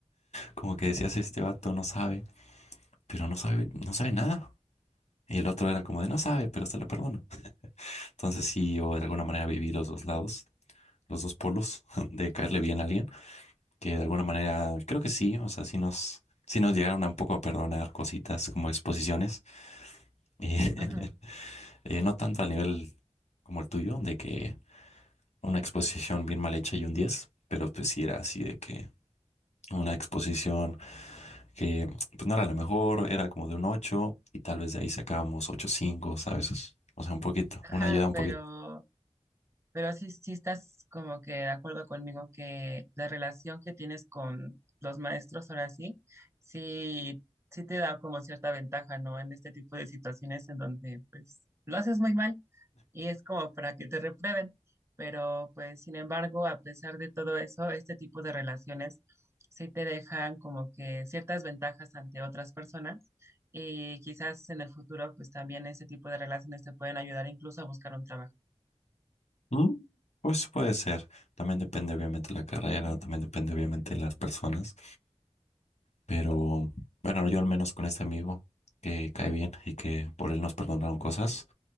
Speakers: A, on the left; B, on the right.
A: Como que decías, este vato no sabe, pero no sabe, no sabe nada. Y el otro era como de no sabe, pero se la perdono. Entonces sí, o de alguna manera viví los dos lados. los dos polos <laughs> de caerle bien a alguien, que de alguna manera creo que sí, o sea, sí nos, sí nos llegaron a un poco a perdonar cositas como exposiciones, y, <laughs>
B: ajá,
A: eh, no tanto al nivel como el tuyo, de que una exposición bien mal hecha y un diez pero pues sí era así de que una exposición que pues no era la mejor, era como de un 8 y tal vez de ahí sacábamos ocho cinco ¿sabes? O sea, un poquito,
B: ajá,
A: una ayuda un
B: pero
A: poquito.
B: Pero sí, sí estás como que de acuerdo conmigo que la relación que tienes con los maestros ahora sí, sí, sí te da como cierta ventaja, ¿no? En este tipo de situaciones en donde pues lo haces muy mal y es como para que te reprueben. Pero pues sin embargo, a pesar de todo eso, este tipo de relaciones sí te dejan como que ciertas ventajas ante otras personas y quizás en el futuro pues también este tipo de relaciones te pueden ayudar incluso a buscar un trabajo.
A: Mm, Pues puede ser. También depende obviamente de la carrera, también depende obviamente de las personas. Pero bueno, yo al menos con este amigo que cae bien y que por él nos perdonaron cosas,